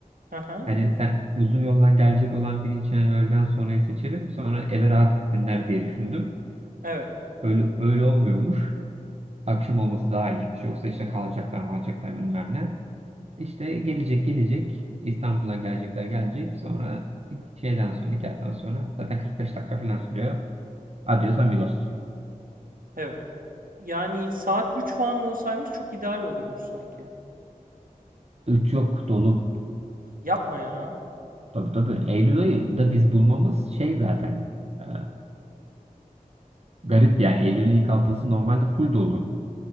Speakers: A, on the right; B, on the right.
A: Aha.
B: Hani sen uzun yoldan gelecek olan biri için hani öğleden sonrayı seçerim, Sonra eve rahat gitsinler diye düşündüm.
A: Evet.
B: Öyle, öyle olmuyormuş. Akşam olması daha iyiymiş. Yoksa işte kalacaklar mı alacaklar bilmem ne. İşte gelecek gelecek. İstanbul'a gelecekler gelecek. Sonra şeyden sonra nikahtan sonra zaten 45 dakika falan sürüyor. Adios amigos.
A: Evet. Yani saat 3 falan olsaymış çok ideal olurmuş sanki.
B: Üç yok dolu.
A: Yapma ya.
B: Tabii tabii. Eylül ayı da biz bulmamız şey zaten. eee, garip yani. Eylül'ün ilk haftası normalde full dolu.